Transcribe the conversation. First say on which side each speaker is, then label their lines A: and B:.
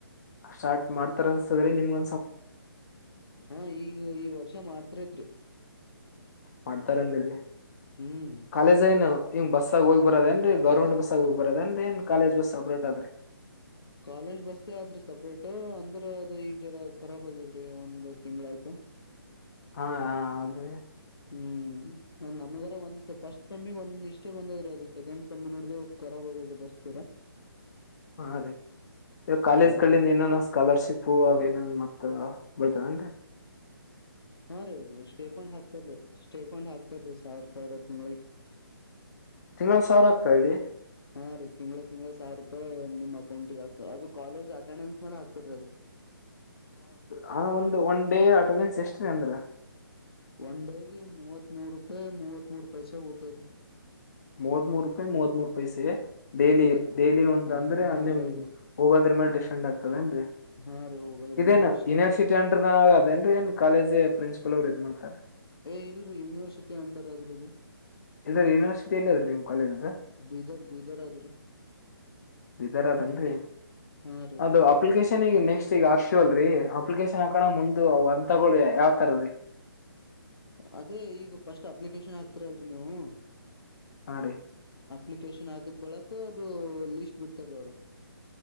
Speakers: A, on the left; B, on the left.
A: ಸ್ಟಾರ್ಟ್ ಮಾಡ್ತಾರ ಅನ್ಸದ್ರಿ ನಿಮಗ
B: ಹಾ ಈಗ ಈ ವರ್ಷ ಮಾಡ್ತರಿತ್ರಿ
A: ಮಾಡ್ತಾರಂದಿರಿ
B: ಹ್ಮ್
A: ಕಾಲೇಜ ಏನು ಹಂಗ ಬಸ್ಸಗ ಹೋಗಿ ಬರದೇನ್ೀ ಗೌರ್ಮೆಂಟ್ ಬಸ್ ಆಗ ಹೋಗಿರದೇನ್ರಿ ನ್ ಕಾಲೇಜ್ ಬಸ್ ಸಪೇಟ್ ಆದ್ರರಿ
B: ಕಾಲೇಜ್ ಬಸ್ೇ ಆದ್ರಿ ಸಪ್ರೇಟ್ ಅಂದ್ರ ಅದು ಈಗ್ ಜರ ಖರಾಬ್ ಆಗ್ಯಾದ್ರಿ ಒಂದು್ ತಿಂಗಳ ಆಯ್ತು
A: ಹಾ ಹ ಹೌದೀ
B: ಹ್ಮ್್ ನಮ್ಗರ ಒಂದ್ ಫಸ್ಟ್ ಸಮ್ಮಿಗ್ ಒಂದ್ ಇಷ್ಟೇ ಬಂದದ್ರೆ ಅದು ಸೆಕೆಂಡ್ ಸಮ್ಮಿ ನೋಡ್ದುಖರಾ ಬರ್ತೀರಾ
A: ಹಾ ರೀ ಇವ ಕಾಲೇಜ್
B: ಅದಕ್ಕೆ
A: ಕಿಂದ ಏನ ಸ್ಕಾಲರ್ಶಿಪ್ು ಅವನ ಬತ ಎಂತ
B: ಹಾ ರೀ ಸ್ಟೇಫಂಡ್ ಹಾಕ್ತಾರರಿ ಸ್ಟೇಫಂಡ್ ಹಾತಾರೀ ಸಾವಿರ ಸಾವಿರ ತಿಂಗಳಿಗೆ
A: ತಿಂಗಳ ಸಾವಿರ ಆಗ್ತಾ ಇದೆ
B: ಹಾ ರೀ ತಿಂಗಗಳ ತಿಂಗಳ ಸಾವಿರ ರೂಪಾಯಿ ನಿ ಮಾಡ ಅೌಂಟ ಅದು ಕಾಲೇಜ್ ಅಟೆಂಡೆನ್ಸ್ ಮೇಲೆ ಹಗ್ತಾರೀ ಅದು
A: ಹ ಒಂದು ಒನ್ ಡೇ ಅಟೆಂಡೆನ್ಸ್ ಎಷ್ಟ್ರೀ ಅಂದ್ರ
B: ಒನ್ ಡೇಗೆ ಮೂವತ್ ಮೂರು ರೂಪಾಯಿ ಮೂವತ್ತ್ ಮೂೂರು ಪೈಸ ಹತದ
A: ಮೂವತ್ ಮೂರು ರೂಪಾಯಿ ಮೂವತ್ ಮೂೂರು ರೂಪಾಯಿ ಸ ಡೇಲಿ
B: ಹಾ ರೀ
A: ಡೈಲಿ ಒಂದ್
B: ಹಾ
A: ಅಂದ್ರೆ
B: ಹಾ
A: ನಿಮ್
B: ಡೈಲಿ
A: ಹೋಗೋದ್ರ ಮೇಲ್ ದೇಏನ್ೀ
B: ಹಾ ರೀ ಹೋಗೋದ್ರ
A: ಇದೇನು
B: ಮೇಲೆ ಡಿಶ್
A: ಯನಿವರ್ಸಿಟಿ ಅಂಡ್ರದ ಆಗ ಅದೇನ್್ರ ಏನ್ ಕಾಲೇಜ್ ಪ್ರಿನ್ಸಿಪಲ್ ಅವರು ಇದ್ ಮಾಡ್ತಾರೆ
B: ಏ ಇಲ್ರಿ ಯೂನಿವರ್ಸಿಟಿ ಅಂಡರ್ ಆದ್ರೂ ಇದು
A: ಎಲ್ಲ್ರ ಯೂನಿವರ್ಸಿಟಿ ಎಲ್ಲಿ ಅದ್ರೀ ನಿಮ್ ಕಾಲೇಜ್ ಅದ
B: ಬೀದರ್ ಬೀದರ್ ಆದ್ರಿ
A: ಇದರ ಅದೇನ್ರಿ
B: ಹಾ ರೀ
A: ಅದು ಅಪ್ಲಿಕೇಶನ್ ಈಗ ನೆಕ್ಸ್ಟ್ ಈಗ ಆರ್ ಲ್ರಿ ಅಪ್ಲಿಕೇಶನ್ ಹಾಕಣ ಮುಂದ ಅಂತಗಳು ಯಾವತಾರರಿ
B: ಅದೇ ಈಗ ಫಸ್ಟ್ ಅಪ್ಲಿಕೇಶನ್ ಹಾಕ್ತಿೀರಲ್ರಿ ನೀವು
A: ಹಾ ರೀ
B: ಅಪ್ಲಿಕೇಶನ್ ಹಾಕಿದ್ ಬಳಕ ಲಿಸ್ಟ್ ಬಿಡ್ತಾರೆ ಅವರು